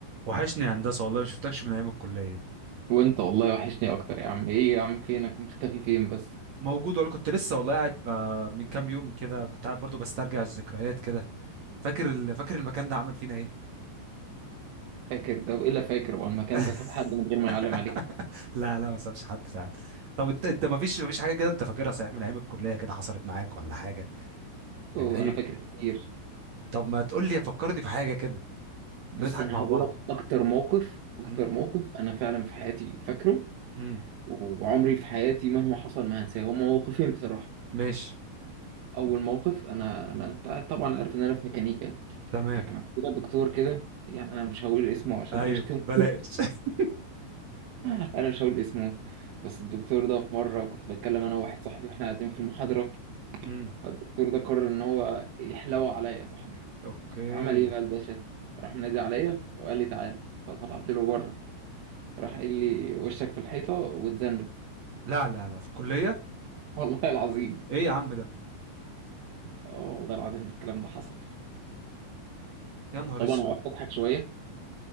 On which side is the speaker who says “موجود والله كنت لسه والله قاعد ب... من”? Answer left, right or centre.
Right